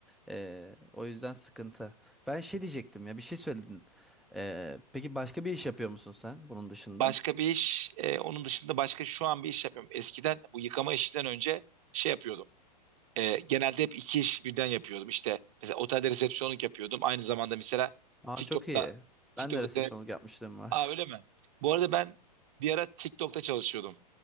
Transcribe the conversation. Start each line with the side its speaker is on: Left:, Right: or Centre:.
Centre: Ee, o yüzden sıkıntı. Ben şey diyecektim ya bir şey söyledin. Ee, peki başka bir iş yapıyor musun sen bunun dışında?
Right: başka bir iş. e, onun dışında başka şu an bir iş yapıyorum. Eskiden bu yıkama işinden önce şey yapıyordum. E, genelde hep iki iş birden yapıyordum. İşte mesela otelde resepsiyonluk yapıyordum. Aynı zamanda mesela
Centre: Aa
Right: TikTok'ta
Centre: çok iyi.
Right: TikTok'ta
Centre: Ben de resepsiyonluk
Right: de-
Centre: yapmışlığım var.
Right: Aa
Centre: <laughs>
Right: öyle mi? Bu arada ben bir ara TikTok'ta çalışıyordum.